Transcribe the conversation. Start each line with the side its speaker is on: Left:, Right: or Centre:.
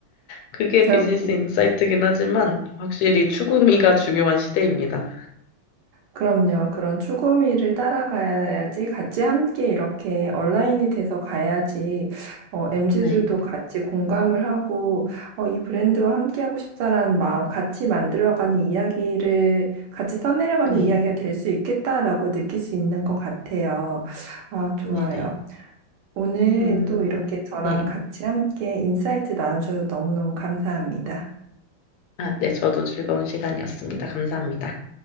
Left: 그게
Right: 결,
Left: 비즈니스 인사이트긴 하지만 확실히 추구미가 중요한 시대입니다.
Right: 그럼요. 그런 추구미를 따라가야지 같이 함께 이렇게 얼라인이 돼서 가야지 어, MZ들도
Left: 네.
Right: 같이 공감을 하고 어, 이 브랜드와 함께 하고 싶다라는 마음 같이 만들어가는 이야기를 같이 써내려가는
Left: 네.
Right: 이야기가 될 수 있겠다라고 느낄 수 있는 것 같아요. 아, 좋아요.
Left: 네네.
Right: 오늘
Left: 음,
Right: 또 이렇게 저랑
Left: 네.
Right: 같이 함께 인사이트 나눠주셔서 너무너무 감사합니다.
Left: 아, 네, 저도 즐거운 시간이었습니다. 감사합니다.